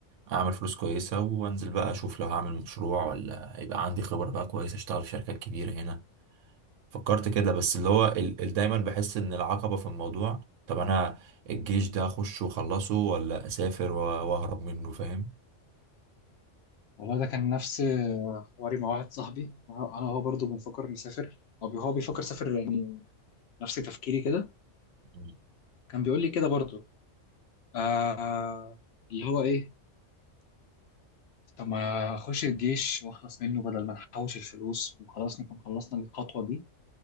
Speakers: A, on the right (about 80°); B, on the left (about 65°).
A: اعمل فلوس كويسة وانزل بقى اشوف لو هعمل مشروع ولا يبقى عندي خبرة بقى كويسة اشتغل في شركات كبيرة هنا فكرت كده بس اللي هو ال... ال- دايما بحس ان العقبة في الموضوع طب انا الجيش ده اخش واخلصه ولا اسافر و- واهرب منه فاهم
B: والله ده كان نفس حواري مع واحد صاحبي انا أنا وهو برضه بنفكر نسافر او هو بيفكر يسافر يعني نفس تفكيري كده
A: مم.
B: كان بيقول لي كده برضه آه اللي هو ايه طب ما اخش الجيش واخلص منه بدل ما نحوش الفلوس وخلاص نكون خلصنا الخطوه دي